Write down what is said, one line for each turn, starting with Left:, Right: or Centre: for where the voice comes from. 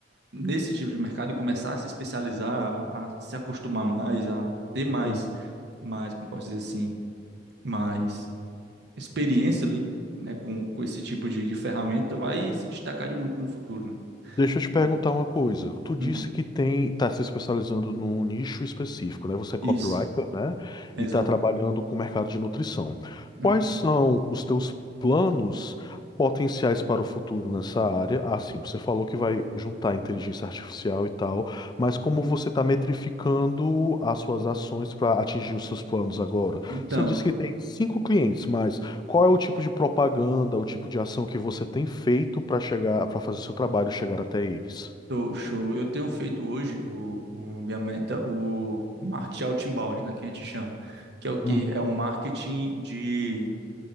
Right: nesse tipo de mercado e começar a se especializar, a, a se acostumar mais, a ter mais,
Left: uhum.
Right: mais, como posso dizer assim, mais experiência ali, né? Com, com esse tipo de, de ferramenta, vai se destacar de muito no futuro, né?
Left: Deixa eu te
Right: Então,
Left: perguntar uma coisa. Tu disse
Right: uhum.
Left: que tem, tá se especializando num nicho específico, né? Você é
Right: Isso,
Left: copywriter, né?
Right: exato.
Left: E tá trabalhando com o mercado de nutrição.
Right: Uhum.
Left: Quais são os teus planos potenciais para o futuro nessa área? Ah, sim, você falou que vai juntar inteligência artificial e tal, mas como você está metrificando as suas ações para atingir os seus planos agora?
Right: Então.
Left: Você disse que tem cinco clientes, mas qual é o tipo de propaganda, o tipo de ação que você tem feito para chegar, para fazer o seu trabalho chegar até eles?
Right: Show, show. Eu tenho feito hoje o, o- minha meta, o marketing outbound, né, que a gente chama, que é o que
Left: Uhum,
Right: é um marketing de,